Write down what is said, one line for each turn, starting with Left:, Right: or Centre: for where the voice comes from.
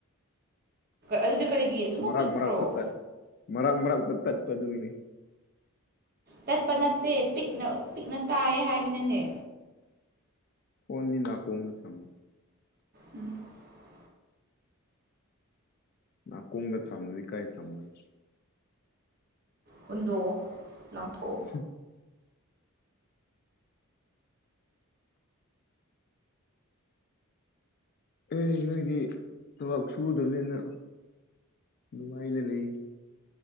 Right: ꯑꯗꯨꯗ ꯀꯔꯤꯒꯤ ꯑꯗꯨꯃꯛ
Left: ꯃꯔꯥꯡ
Right: ꯄꯤꯛꯄ꯭ꯔꯣ
Left: ꯃꯔꯛꯇ ꯇꯠ ꯃꯔꯥꯡ ꯃꯔꯛꯇ ꯇꯠꯄ ꯑꯗꯨꯏꯅꯤ
Right: ꯇꯠꯄ ꯅꯠꯇꯦ ꯄꯤꯛꯅ ꯄꯤꯛꯅ ꯇꯥꯏ ꯍꯥꯏꯕꯅꯅꯦ
Left: ꯍꯣꯟꯗꯤ ꯅꯥꯀꯣꯡꯗ ꯊꯝꯃꯤ
Right: ꯎꯝ <inaudible>
Left: ꯅꯥꯀꯣꯡꯗ ꯊꯝꯂꯗꯤ ꯀꯥꯏ ꯊꯝꯃꯣꯏ ꯍꯥꯏꯁꯦ
Right: ꯍꯨꯟꯗꯣ ꯂꯥꯡꯊꯣꯛ
Left: ꯎ <unintelligible> ꯑꯦ ꯅꯣꯏꯗꯤ ꯊꯕꯛ ꯁꯨꯒꯗꯕꯅꯤꯅ ꯃꯥꯏꯗ ꯂꯩ